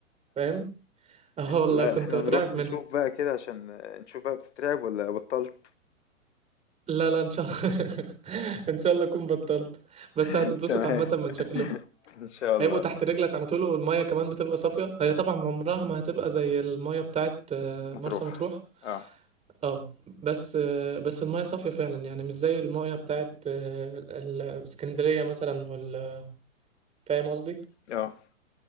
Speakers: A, on the right; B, on the left.
A: فاهم اه والله
B: لا
A: كنت
B: احنا
A: بترعب
B: نروح نشوف
A: منهم
B: بقى كده عشان نشوف بقى بتترعب ولا بطلت
A: لا لا ان شاء الله <laughs> ان شاء الله اكون بطلت بس
B: <laughs>
A: هتتبسط
B: تمام
A: عامه من شكله
B: ان شاء
A: هيبقوا
B: الله
A: تحت رجلك على طول والميه كمان بتبقى صافيه هي طبعا عمرها ما هتبقى زي الميه بتاعت آه،
B: مطروح
A: مرسى مطروح
B: اه
A: اه بس آه، بس الميه صافيه فعلا يعني مش زي الميه بتاعت آه، ال- اسكندريه مثلا ولا فاهم قصدي
B: اه